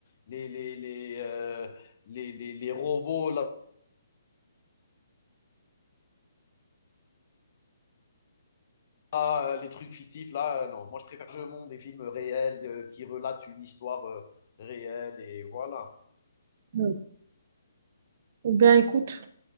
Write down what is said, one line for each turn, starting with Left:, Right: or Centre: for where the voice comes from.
Left: les, les, les, euh, les, les, les robots, là, euh, les trucs fictifs, là, euh, non. Moi, je préfère jeu monde des films réels euh, qui relatent une histoire euh, réelle et voilà.
Right: Ouais. Eh Bien, écoute,